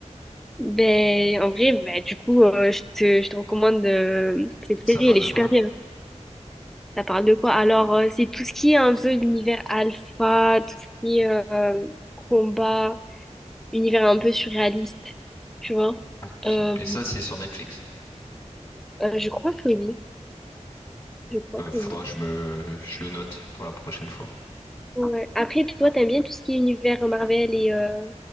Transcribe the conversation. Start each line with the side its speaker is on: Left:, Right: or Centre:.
Centre: Ben, en vrai, ben, du coup, euh, je te, je te recommande euh, cette série,
Left: Ça parle
Centre: elle est
Left: de
Centre: super
Left: quoi?
Centre: bien. Ça parle de quoi? Alors, euh, c'est tout ce qui est un peu l'univers alpha, tout ce qui est euh, combat, univers un peu surréaliste, tu vois?
Left: Ah, putain.
Centre: Euh,
Left: Et ça, c'est sur Netflix.
Centre: euh, je crois que oui, je crois
Left: Euh,
Centre: que
Left: faudra
Centre: oui.
Left: que je me je le note pour la prochaine fois.
Centre: Ouais. Après, toi, t'aimes bien tout ce qui est univers Marvel et euh,